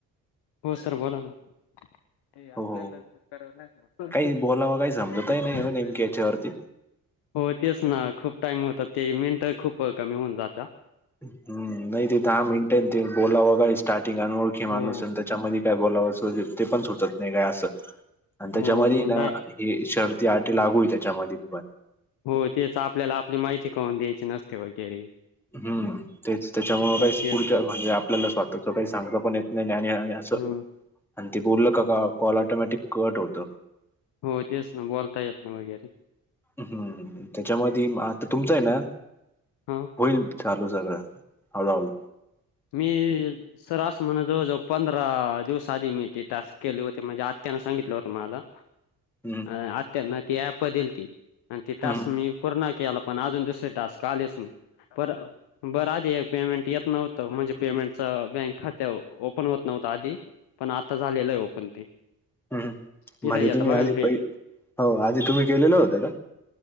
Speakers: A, on the left (about 60°); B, in the centre.
A: हो सर बोला ना हे आपल्याला
B: हो हो
A: कराव नाही
B: काही बोलावं काही समजतही
A: पाहिज
B: नाही
A: कावारी
B: नेमक्या याच्यावरती
A: हो तेच ना खूप टाइम होतात ते मिनट खूप कमी होऊन जात
B: हम् नाही ते दहा मिनटे ते बोलावं का स्टार्टिंग अनओळखी माणूस
A: हो.
B: आहे त्याच्यामध्ये का बोलाव अस ते पण सुचत नाही काय असं आणि त्याच्यामध्ये
A: हो मुंडा
B: ना हे ती आटी लागू आहे त्याच्यामध्ये पण
A: हो तेच आपल्याला आपली माहिती करून द्यायची नसते वगैरे
B: हम्मच त्याच्यामु काही
A: तेच
B: पुढ म्हणजे आपल्याला स्वतःच काही सांगत पण येत नाही आणि असं
A: हम्म
B: आणि ते बोललं का का कॉल ऑटोमॅटिक कट होत
A: हो तेच ना बोलता येत ना वगैरे
B: हम्म त्याच्यामध्ये आता तुमचं आहे ना
A: हा
B: होईल चालू सगळं हळू हळू
A: मी सरास म्हण जवळ जवळ पंधरा दिवस आधी मी ती टास्क केली होती म्हणजे आ त्यांना सांगितलं होत मला
B: हम्म
A: अ आत ना ती ऍप दिली ती आणि ती टास्क
B: हम्म
A: मी पूर्ण केला पण अजून दुसर टास्क आलेच नाही ब बरं आधी पेमेंट येत नव्हत म्हणजे पेमेंटच बँक खात्या ओपन होत नव्हतं आधी पण आता झालेलं आहे ओपन ते
B: हम्
A: तिथे
B: म्हणजे
A: येतं
B: तुम्ही
A: बघा
B: आधी
A: ना पेमेंट
B: पै हो आधी तुम्ही केलेलं होतं का